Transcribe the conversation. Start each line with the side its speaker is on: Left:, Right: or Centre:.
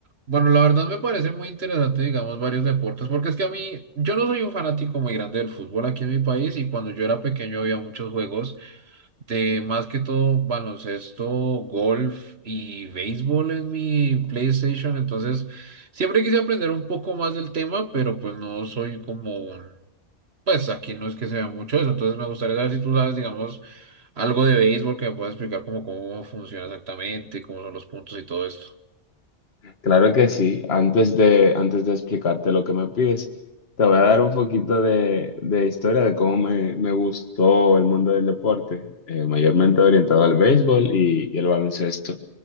Right: Bueno, la verdad me parece muy interesante, digamos, varios deportes, porque es que a mí, yo no soy un fanático muy grande del fútbol aquí en mi país y cuando yo era pequeño había muchos juegos de más que todo baloncesto, golf y béisbol en mi PlayStation, entonces siempre quise aprender un poco más del tema, pero pues no soy como un, pues aquí no es que se vea mucho eso, entonces me gustaría saber si tú sabes, digamos, algo de béisbol que me puedas explicar como cómo funciona exactamente, cómo son los puntos y todo esto.
Left: Claro que sí. Antes de, antes de explicarte lo que me pides, te voy a dar un poquito de, de historia de cómo me, me gustó el mundo del deporte, eh, mayormente orientado al béisbol y, y el baloncesto.